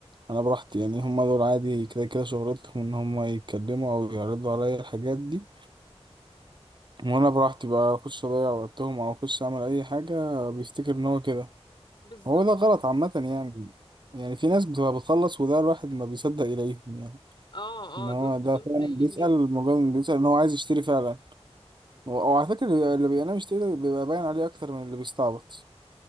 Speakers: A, on the right; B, on the left.
A: انا براحتي يعني هم دول عادي كده كده شغلتهم ان هم يتكلموا او يعرضوا عليا الحاجات دي وانا براحتي بقى اخش اضيع وقتهم او اخش اعمل اي حاجه بيفتكر ان هو كده
B: بالظبط
A: هو ده غلط عامة يعني يعني في ناس بتبقى بتخلص وده الواحد ما بيصدق إليهم يعني
B: اه اه
A: إن هو
B: دول
A: ده
B: دول
A: فعلا
B: قليلين
A: بيسأل
B: جدا
A: مجرد إنه بيسأل إن هو عايز يشتري فعلا و- وعلى فكرة اللي اللي بينام يشتري ده بيبقى باين عليه أكتر من اللي بيستعبط